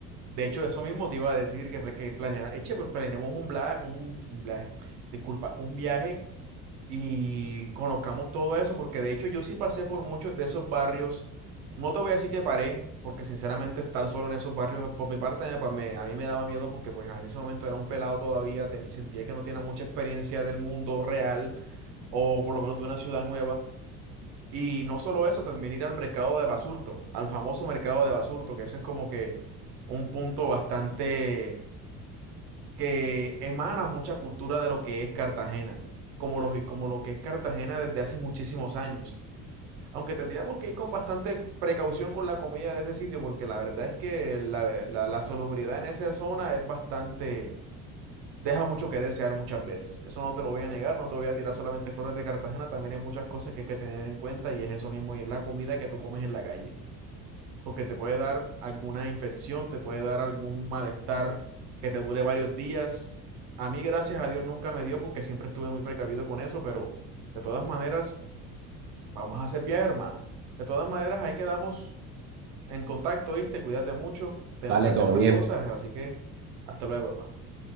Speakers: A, on the right; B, on the right.
A: De hecho, eso mismo te iba a decir que, que planeara, eche, pero planeemos un, bla- un, un viaje, disculpa, un viaje y conozcamos todo eso, porque de hecho yo sí pasé por muchos de esos barrios. No te voy a decir que paré, porque sinceramente estar solo en esos barrios por mi parte me, pa- me- a mí me daba miedo porque pues en ese momento era un pelado todavía, te- sentía que no tenía mucha experiencia del mundo real o por lo menos de una ciudad nueva. Y no solo eso, también ir al mercado de Basurto, al famoso mercado de Basurto, que ese es como que un punto bastante que emana mucha cultura de lo que es Cartagena, como lo, como lo que es Cartagena desde hace muchísimos años. Aunque tendríamos que ir con bastante precaución con la comida de ese sitio, porque la verdad es que la, la, la salubridad en esa zona es bastante deja mucho que desear muchas veces. Eso no te lo voy a negar, no te voy a tirar solamente flores de Cartagena, también hay muchas cosas que hay que tener en cuenta y es eso mismo, y es la comida que tú comes en la calle, porque te puede dar alguna infección, te puede dar algún malestar que te dure varios días. A mí, gracias a Dios, nunca me dio porque siempre estuve muy precavido con eso, pero de todas maneras, vamos a hacer viaje, hermano. De todas maneras, ahí quedamos en contacto, ¿viste? Cuídate mucho, tengo
B: Dale,
A: que hacer
B: todo
A: unas
B: bien.
A: cosas, así que hasta luego, hermano.